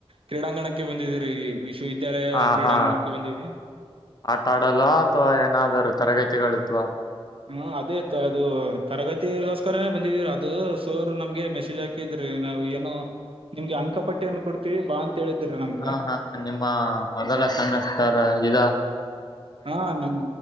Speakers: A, on the right; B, on the left.
A: ಕ್ರೀಡಾಂಗಣಕ್ಕೆ ಬಂದಿದರು ಈ ವಿ ವಿದ್ಯಾಲಯದ
B: ಹ
A: ಕ್ರೀಡಾಂಗಣಕ್ಕೆ
B: ಹಾ
A: ಬಂದಿದೆ.
B: ಆಟ ಆಡಲ್ಲ ಅಥವಾ ಏನಾದರೂ ತರಗತಿಗಳಿದ್ವಾ.
A: ಹ್ಮ ಅದೇ ಇತ್ತು ಅದು ತರಗತಿಗೋಸ್ಕರನೇ ಬಂದಿದೀರ ಅದು ಸರು ನಮ್ಗೆ ಮೆಸೇಜ್ ಹಾಕಿ ಕಿದ್ರ ಈಗ ನಾವು ಏನೋ ನಿಮ್ಗೆ ಅಂಕ ಪಟ್ಟಿಯನ್ನು ಕೊಡ್ತೀವಿ ಬಾ ಅ ತೇಳಿದ್ರ ನಮ
B: ಹಾ ಹಾ ನಿಮ್ಮ ಮೊದಲ ಸೆಮಿಸ್ಟರ ಇದಾ
A: ಹಾ ನಮ